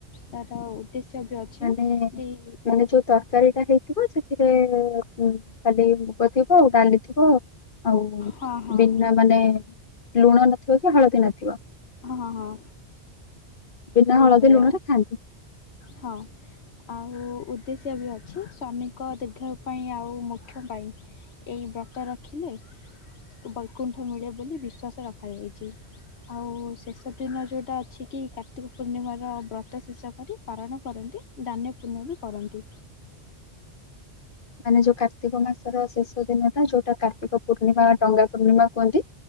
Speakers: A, on the left; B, on the left.
A: ତାର ଉଦ୍ଦେଶ୍ୟ ବି ଅଛି
B: ମାନେ
A: ଦେଇ
B: ମାନେ ଯୋଉ ତରକାରୀ ଟା ହେଇଥିବ ସେଥିରେ ଏ। ଉଁ ଖାଲି ମୁଗ ଥିବ ଆଉ ଡାଲି ଥିବ ଆଉ
A: ହଁ ହଁ
B: ବିନା ତା ମାନେ ଲୁଣ ନ ଥିବ କି ହଳଦୀ ନଥିବ
A: ହଁ ହଁ
B: ବିନା
A: ସେଇଭଳିଆ
B: ହଳଦୀ ଲୁଣରେ ଖାଆନ୍ତି।
A: ହଁ। ଆଉ ଉଦ୍ଦେଶ୍ୟ ବି ଅଛି ସ୍ଵାମୀଙ୍କ ଦୀର୍ଘାୟୁ ପାଇଁ ଆଉ ମୁଖ୍ୟ ପାଇଁ। ଏଇ ବ୍ରତ ରଖିଲେ ବୈକୁଣ୍ଠ ମିଳେ ବୋଲି ବିଶ୍ୱାସ ରଖାଯାଇଚି। ଆଉ ଶେଷ ଦିନ ଯୋଉଟା ଅଛି କି କାର୍ତ୍ତିକ ପୂର୍ଣ୍ଣିମାର ବ୍ରତ ଶେଷ କରି ପାରଣ କରନ୍ତି ଦାନ୍ୟ ପୁଣ୍ୟ ବି କରନ୍ତି।
B: ମାନେ ଯୋଉ କାର୍ତ୍ତିକ ମାସର ଶେଷ ଦିନ ଯୋଉଟା କାର୍ତ୍ତିକ ପୂର୍ଣ୍ଣିମା ଡଙ୍ଗା ପୂର୍ଣ୍ଣିମା କୁଅନ୍ତି